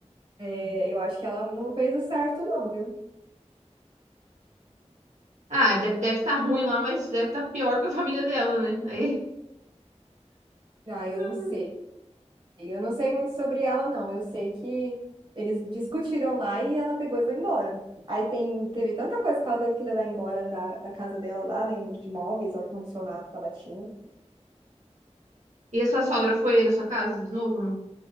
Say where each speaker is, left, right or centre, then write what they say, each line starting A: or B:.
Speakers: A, on the right (about 40°); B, on the right (about 80°).
A: é, eu acho que ela não fez o certo não, viu?
B: Ah, deve deve tá ruim lá, mas deve estar pior que a família dela, né? Aí.
A: Ah, eu
B: hum.
A: não sei. Eu não sei muito sobre ela, não. Eu sei que eles discutiram lá e ela pegou e foi embora. Aí tem, teve tanta coisa que ela teve que levar embora da, da casa dela lá, né? De móveis, ar-condicionado que ela tinha.
B: E a sua sogra foi na sua casa de novo? Não.